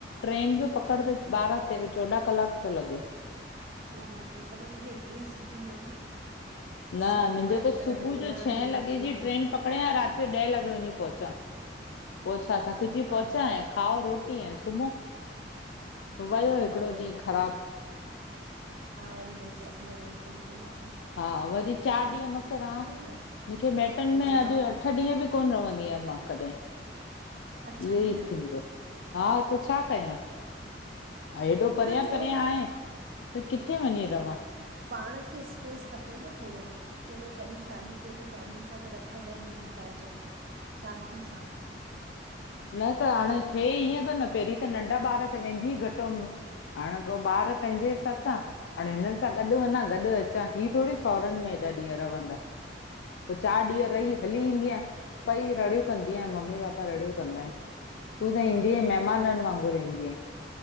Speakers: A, on the left; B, on the right.
A: ट्रेन ॿि पकड़
B: न
A: त ॿारहा ते ॿि चोॾांह कलाक तो लॻे।
B: ओ हो हो त न मुंॼे हिकड़े ई सिटी में इन न।
A: न
B: सभु
A: मिंॼो
B: माइट
A: त सुबु
B: ॾेराणियूं
A: जो छह लॻे
B: भेण
A: ॼी ट्रेन पकड़ियां रात ॼो ॾहें लॻे वंञी पहुचां। पो छा थकॼी
B: हा
A: पोहुचां, ऐं खाओ रोटी ऐं सुमो।
B: हा
A: वयो
B: वरी
A: हिकिड़ो
B: पोइ
A: ॾींहुं
B: ॿ च
A: ख़राबु।
B: हा! वरी ॿ चारि ॾींहुं रही करे पो अचू।
A: हा, वरी चारि ॾींहु मस्सि रहां
B: न
A: मिखे मैइटन
B: उहो
A: में
B: चवंदा
A: अॼु
B: हो
A: अठ ॾींहु ॿि कोन रवंदी अयां मां कॾिहिं,
B: अच्छा
A: इहे
B: हीअं
A: ई थींदो। हा! त छा कयां? हा, हेॾो परियां
B: न थोरो
A: परियां आहे। त किथे वंञीं रवां?
B: पाणु खे स्पेस खपे न थोड़ो। कि हलो! कॾी शादी कई या त फैमिली सां गॾु अठ ॾह ॾींहुं ॿिताए अचऊं, शांति सां।
A: न त हाण थिए ईऐं तो न, पहिरीं त नंढा ॿारु त वेंदी घटि हम हांण पो ॿारु पंहिंॼे हिसाॿ सां हांण हिननि सां गॾु वंञां गॾु अचां, ही थोड़ी साहुरनि में ऐॾा ॾींहुं रवंदा। पो चारि ॾींहु रही,
B: न
A: हली ईंदीयां पई रड़ियूं कंदी आहियाँ मम्मी पापा रड़ियूं कंदा अनि, तूं त ईंदी अंई महिमाननि वांङुरु ईंदी अंई।